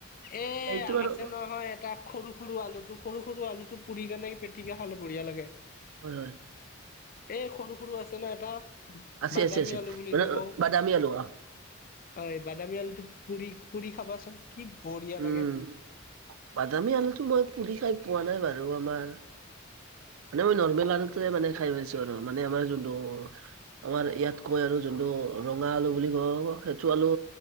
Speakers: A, on the left (about 45°); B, on the right (about 85°).
A: এই
B: সেইটো আৰু
A: আছে নহয় এ টা সৰু, সৰু আলুটো সৰু, সৰু আলুটো পুৰি কেনে পিটিকা খালে বঢ়িয়া লাগে।
B: হয় হয়।
A: এই সৰু সৰু আছে ন এটা
B: আছে
A: বাদামী
B: আছে আছে
A: আলু বুলি
B: মানে
A: যে কও।
B: বাদামী আলু অ
A: হয় বাদামী আলটো পুৰি পুৰি খাবাচোন। কি বঢ়িয়া লাগে
B: উম বাদামী আলুটো মই পুৰি খাই পোৱা নাই বাৰু আমাৰ মানে মই নৰ্মেল আতে মানে খাই পাইছো আৰু মানে আমাৰ যোনটো আমাৰ ইয়াত কৈ আৰু যোনটো ৰঙা আলু বুলি কয় সেইটো আলু